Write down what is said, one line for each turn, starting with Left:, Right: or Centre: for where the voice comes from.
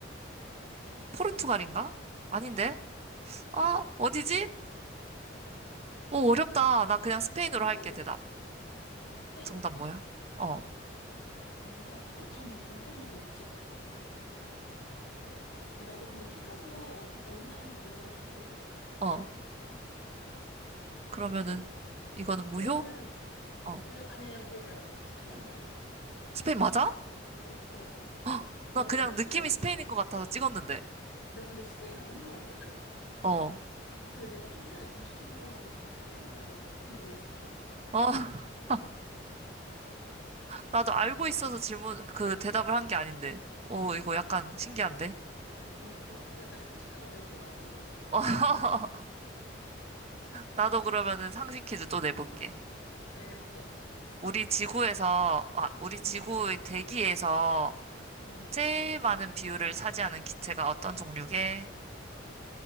Right: 포르투갈인가? 아닌데? 아, 어디지? 어, 어렵다. 나 그냥 스페인으로
Left: <laughs>
Right: 할게, 대답.
Left: 페이?
Right: 정답 뭐야? 어,
Left: 정답. 어, 잠깐만, 정답이 뭐였지? 근데 나도 근데 피카소 어디, 어느 나라인지 몰라가지고.
Right: 어. 그러면은,
Left: 어?
Right: 이거는 무효?
Left: 그러면은,
Right: 어.
Left: 무효, 아니야, 아니 무효 말고. 스페인 맞아.
Right: 스페인 맞아?
Left: 어, 맞아.
Right: 헉,
Left: 나는,
Right: 나 그냥
Left: 나 처음에
Right: 느낌이 스페인인 것 같아서 찍었는데.
Left: 나 근데 스페인 아닌 줄 알았거든?
Right: 어, 어.
Left: 근데 내가 좀 전에 검색해보고 나서 지금 스페인인 거 알고 나 조금 놀랬었어.
Right: <laughs> 나도 알고 있어서 질문, 그 대답을 한 게 아닌데. 오, 이거 약간 신기한데?
Left: 그러니까, 어, 약간 상식 하나 배웠다, 나도.
Right: <laughs> 나도 그러면은 상식 퀴즈 또 내볼게.
Left: 알겠어.
Right: 우리 지구에서, 아, 우리
Left: 응,
Right: 지구의 대기에서
Left: 응.
Right: 제일 많은 비율을 차지하는 기체가 어떤 종류게?